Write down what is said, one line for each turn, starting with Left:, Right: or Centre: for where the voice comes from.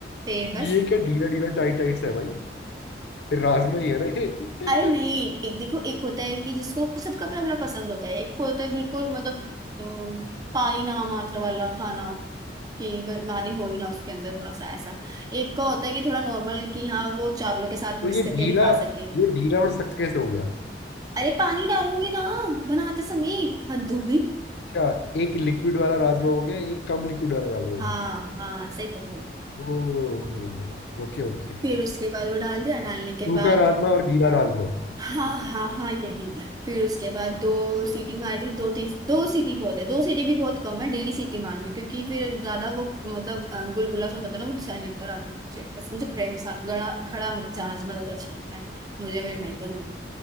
Right: फिर बस
Left: ये क्या ढीला ढीला टाइट टाइट सा है भाई राजमा ही है ना ये <laughs>
Right: अरे नहीं एक देखो एक होता है कि जिसको सबका अपना अपना पसंद होता है एक को होता है बिल्कुल मतलब अम, पानी ना मात्र वाला खाना कि बस पानी हो ही ना उसके अंदर थोड़ा सा ऐसा एक का होता है कि थोड़ा नॉर्मल कि हाँ वो चावलों के साथ मिक्स
Left: तो ये
Right: करके
Left: ढीला
Right: भी खा सके
Left: ये ढीला और सख्त कैसे हो गया
Right: अरे पानी डालोगे ना बनाते समय हद हो गई
Left: अच्छा एक लिक्विड वाला राजमा हो गया एक कम लिक्विड वाला राजमा हो
Right: हाँ
Left: गया
Right: हाँ सही पकड़े
Left: ओ हो Okay okay
Right: फिर उसके बाद वो डाल दिया डालने के
Left: सूखा
Right: बाद
Left: राजमा और गीला राजमा
Right: हाँ हाँ हाँ यही फिर उसके बाद दो सीटी मार दी दो तीन दो सीटी बहुत है दो सीटी भी बहुत कम है डेली सीटी मारना क्योंकि फिर ज्यादा वो मतलब अ, गुलगुला सा हो जाता है ना मुझे अच्छा नहीं लगता रात में मुझे बस मुझे खड़े में सा- गड़ा खड़ा जाना ज्यादा अच्छा लगता है मुझे और मेरे भाई को दोनों को।